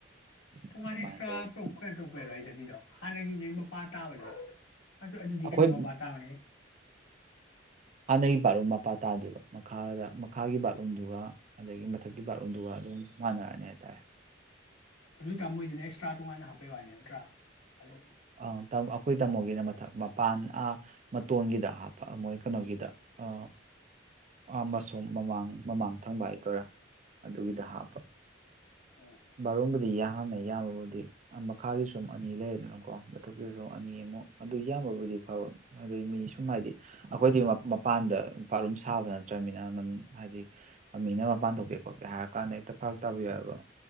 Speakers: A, on the left; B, on the right.
A: ꯊ‌ꯣꯡꯒꯥꯟ
B: ꯑꯗꯨꯃꯥꯏꯅ
A: ꯑꯦꯛꯁꯇ꯭ꯔꯥ
B: ꯇꯧꯔꯒ
A: ꯄꯨꯔꯞ ꯀꯩꯅꯣ ꯇꯧꯔꯛꯄ‌ꯩꯔꯣ ꯑꯗꯨꯏꯗ‌ꯣ ꯍꯥꯟꯅꯒꯤ‌ ꯅꯩ ꯃꯄꯥ ꯇꯥꯕꯩꯔ‌ꯣ ꯑꯗꯨ ꯑꯗꯨꯗꯤ
B: ꯑꯩꯈꯣꯏ
A: ꯀꯩꯅꯣ ꯃꯄꯥ ꯇꯥꯃꯅꯤ
B: ꯍꯥꯟꯅꯩ ꯕꯥꯠꯔꯨꯝ ꯃꯄꯥ ꯇꯥꯗꯣꯏꯕ ꯃꯈꯥꯗ ꯃꯈꯥꯒꯤ ꯕꯥꯠꯂꯨꯝꯗꯨꯒ ꯑꯗꯒꯤ ꯃꯊꯛꯀꯤ ꯕꯥꯠꯔꯨꯝꯗꯨꯒ ꯑꯗꯨꯝ ꯃꯥꯟꯅꯔꯅꯤ ꯍꯥꯏꯇꯥꯔꯦ
A: ꯑꯗꯨ ꯑꯣꯏꯇꯥ ꯃꯣꯏꯁꯤꯅ ꯑꯦꯛꯁꯇ꯭ꯔꯥ ꯇꯣꯉꯥꯟꯅ ꯍꯥꯞꯄꯩ ꯋꯥꯅꯦ ꯅꯠꯇ꯭ꯔꯥ ꯑꯗꯨ
B: ꯑ ꯇꯥꯝ ꯑꯩꯈꯣꯏ ꯇꯥꯃꯣꯒꯤꯅ ꯃꯊꯛ ꯃꯄꯥꯟ ꯑꯥ ꯃꯇꯣꯟꯒꯤꯗ ꯍꯥꯞꯄ ꯑꯃꯣꯏ ꯀꯅꯣꯒꯤꯗ ꯑ ꯑꯝ ꯑꯁ‌ꯣꯝ ꯃꯃꯥꯡ ꯃꯃꯥꯡ ꯊꯪꯕ ꯍꯥꯏꯗꯣꯏꯔꯥ ꯑꯗꯨꯒꯤꯗ
A: ꯎꯝ
B: ꯍꯥꯞꯄ
A: ꯎꯝ
B: ꯕꯥꯔꯣꯝꯕꯨꯗꯤ ꯌꯥꯝꯉꯦ ꯌꯥꯝꯕꯕꯨꯗꯤ ꯃꯈꯥꯒꯤꯁꯨ ꯑꯅꯤ ꯂꯩꯔꯗꯅꯀꯣ ꯃꯊꯇꯁꯨ ꯑꯅꯤ ꯑꯃꯨꯛ ꯑꯗꯨ ꯌꯥꯝꯃꯕꯨꯗꯤ ꯐꯕ ꯑꯗꯩ ꯃꯤ ꯁꯨꯝ ꯍꯥꯏꯗꯤ ꯑꯩꯈꯣꯏꯗꯤ ꯃꯞ ꯃꯄꯥꯟꯗ ꯄꯥꯔꯨꯝ ꯁꯥꯕ ꯅꯠꯇ꯭ꯔꯅꯤꯅ ꯃꯜ ꯍꯥꯏꯗꯤ ꯑꯥ ꯃꯤꯅ ꯃꯄꯥꯟ ꯊꯣꯛꯀꯦ ꯈꯣꯠꯀꯦ ꯍꯥꯏꯔ ꯀꯥꯟꯗ ꯍꯦꯛꯇ ꯐꯔꯛ ꯇꯥꯕ ꯌꯥꯎꯏꯕ